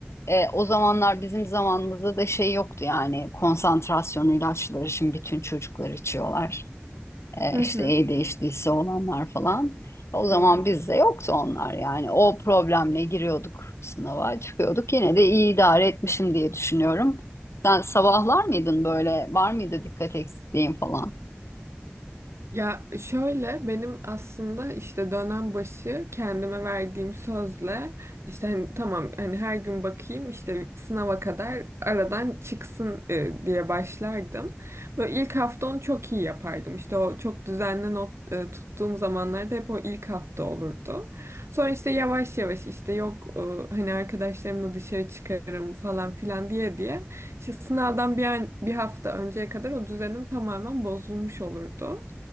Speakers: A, on the left; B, on the right.
A: E, o zamanlar bizim zamanımızda da şey yoktu yani konsantrasyon ilaçları şimdi bütün çocuklar içiyorlar. E,
B: hı
A: işte
B: hı, hı hı.
A: değiştiyse olanlar falan. O zaman
B: Evet.
A: bizde yoktu onlar yani. O problemle giriyorduk sınava, çıkıyorduk. Yine de iyi idare etmişim diye düşünüyorum. Sen sabahlar mıydın böyle? Var mıydı dikkat eksikliğin falan?
B: Ya şöyle benim aslında işte dönem başı kendime verdiğim sözle işte hani tamam hani her gün bakayım işte sınava kadar aradan çıksın e, diye başlardım. Böyle ilk hafta onu çok iyi yapardım. İşte o çok düzenli not e, tuttuğum zamanlarda hep o ilk hafta olurdu. Sonra işte yavaş yavaş işte yok e, hani arkadaşlarımla dışarı çıkarım falan filan diye diye işte sınavdan bir, an, bir hafta önceye kadar o düzenim tamamen bozulmuş olurdu.